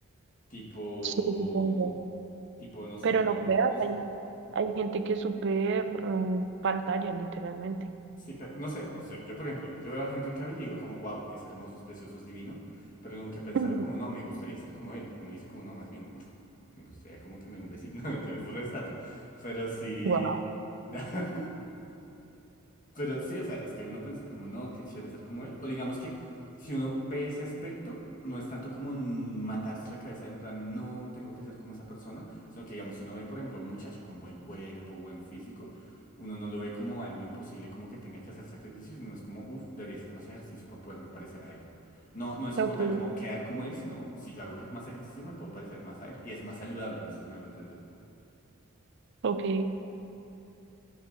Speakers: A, on the left; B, on the right.
A: tipo,
B: Sí, supongo.
A: tipo, no sé,
B: Pero
A: por
B: no
A: ejemplo,
B: creas,
A: nosotros...
B: hay, hay gente que es súper mm, pantalla, literalmente.
A: Sí, pero no sé, no sé. Yo, por ejemplo, yo veo a Henry Cavill y digo como, wow, es hermoso, es precioso, es divino, pero nunca he pensado
B: <laughs>
A: como, no, me gustaría ser como él. Uno dice como, no, más bien, <laughs> mm, me gustaría como que me dé un besito. <laughs> No, me interesa, no es tanto. Pero sí...
B: Wow.
A: <laughs> Pero sí, o sea, es que uno pensar como, no, qué chévere ser como él. O digamos que si uno ve ese aspecto, no es tanto como mm, matarse la cabeza en plan, no, tengo que ser como esa persona, sino que digamos, si uno ve, por ejemplo, a un muchacho con buen cuerpo, buen físico, uno no lo ve como algo imposible, como que tenga que hacer sacrificios, sino es como, uff, debería hacer más ejercicio para poderme parecer a él. No, no es
B: Ok,
A: como tal, como quedar como él, sino si yo hago ejer- más ejercicio me puedo parecer más a él. Y es más saludable, no sé si me hago entender.
B: ok,